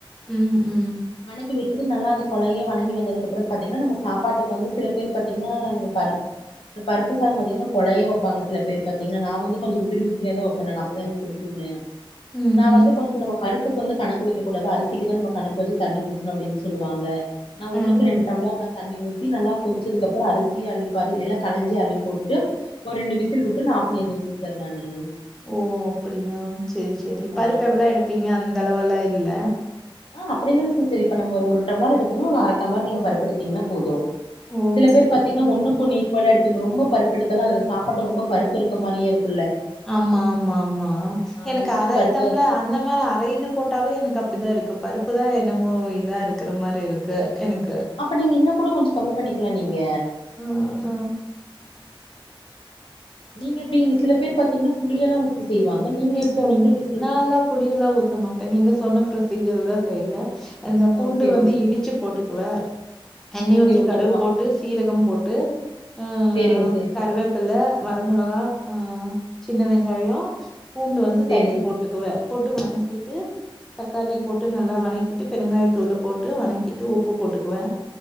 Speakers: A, in the centre; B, on the left (about 75°).
A: ம் ம்
B: கி விட்டுட்டு நல்லா அது கொழைய வணங்கி வந்ததுக்கப்புறம் பாத்தீங்னா நம்ம சாப்பாட்டுக்கு வந்து சில பேர் பாத்தீங்னா பாரு இந்த பருப்பு சாதோ பாத்தீங்னா கொழைய வெப்பாங்க சில பேர் பாத்தீங்னா நா வந்து கொஞ்சே உதிரி உதிரியா தா வெப்பே நானு அப்பதா எனக் புடிக்கும்னு
A: ம்ஹும்
B: நா வந்து கொஞ்சோ நமக் பருப்புக் வந்து கணக்கு வெக்ககூடாது அரிசிக்குதா நம்ம கணக்கு வச்சி தண்ணி ஊத்துணு அப்டின் சொல்லுவாங்க நா ஒன்னுக்கு
A: ஆஹா
B: ரெண்டு டம்ளர் ந தண்ணி ஊத்தி நல்லா கொதிச்சதுக்கப்புற அரிசி அள்ளி பரு எல்லா கலஞ்சி அள்ளி போட்டுட்டு ஒரு ரெண்டு விசில் வுட்டுட்டு நா ஆஃப் பண்ணிருவே சிஸ்டர் நானு
A: ஓ அப்பிடியா செரி செரி பருப்பு
B: ஆ
A: எவ்ள எடுப்பீங்க அந்தளவுலா இல்ல
B: அப்டில்லங்க சிஸ்டர் இப்ப நம்ம ஒரு ஒரு டம்ளர் எடுக்குமு ஒரு அர பருப்பு எடுத்தீங்னா போது
A: ஓ
B: சில பேர்
A: சரி
B: பாத்தீங்னா
A: சரி
B: ஒன்னுக்கு ஒன்னு ஈக்குவலா எடு நீங்க ரொம்ப பருப்பு எடுக்கல அதுல சாப்பாட்ல ரொம்ப பருப்பு இருக்க மாரியே இருக்
A: ஆமா ஆமா ஆமா
B: ஆ
A: எனக்கு
B: ரொம்ப
A: அர
B: பருப்பு
A: டம்ள அந்த மாரி அர இது போட்டாலு எனக்கு அப்டிதா இருக்கு பருப்பு தா என்னமோ இதா இருக்கிற மாரி இருக்கு எனக்கு
B: அப்ப நீங்க இன்னு கூட கொஞ்சோ கம்மி பண்ணிக்கலா நீங்க
A: ஆ ஆ
B: நீங்க எப்டி சில பேர் பாத்தீங்னா புளியெல்லா ஊத்தி செய்வாங்க நீங்க
A: இல்லங்க
B: எப்டி நீங்க எப்டி செய்
A: நால்லா புளி எல்லா ஊத்த மாட்டே நீங்க சொன்ன ப்ரொசீஜர்லா செய்வே அந்த பூண்டு
B: ஓகே
A: வந்து இடிச்சி போட்டுக்குவே எண்ணி
B: ஓகே
A: ஊத்தி கடுகு
B: கொஞ்சமா
A: போட்டு சீரகம் போட் ட்டு ஆ
B: சேரிங்க சே
A: கருவேப்பில வர மொளகா சின்ன வெங்காயோ பூண்டு வந்து
B: சேரிங்க
A: தட்டி போட்டுக்குவே போட்டு வணக்கிட்டு தக்காளி போட்டு நல்லா வணக்கிட்டு பெருங்காயத்தூளு போட்டு வணக்கிட்டு உப்பு போட்டுக்குவே